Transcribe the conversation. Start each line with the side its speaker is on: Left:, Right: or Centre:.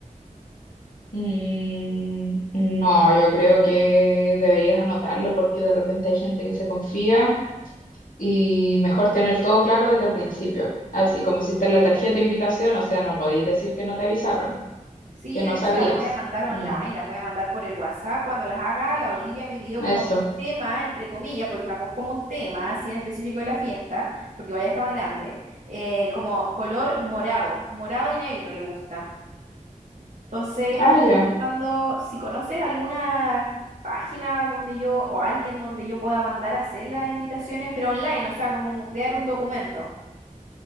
Left: Mm, no, yo creo que deberías anotarlo porque de repente hay gente que se confía y mejor tener todo claro desde el principio. Así como si está en la tarjeta de invitación, o sea, no podéis decir que no te avisaron,
Right: Sí,
Left: que no
Right: de hecho
Left: sabías.
Right: las voy a mandar online,
Left: Mm,
Right: las voy a mandar por el WhatsApp. Cuando las haga, la Olivia me pidió
Left: eso.
Right: como tema, entre comillas, porque tampoco es como un tema, así en específico de la fiesta, porque vaya está más grande, eh, como color morado, morado y negro le gusta. Entonces,
Left: Ah,
Right: estaba
Left: ya.
Right: pensando si conoces alguna página donde yo, o alguien donde yo pueda mandar a hacer las invitaciones, pero online, o sea, como crear un documento.